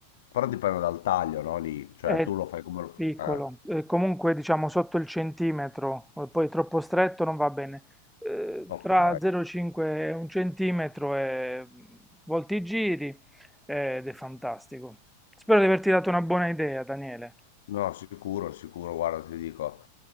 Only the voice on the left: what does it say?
però dipende dal taglio, no? Lì, cioè
tu lo fai come lo
fai.
Ok.
No, sicuro, sicuro, guarda, ti dico.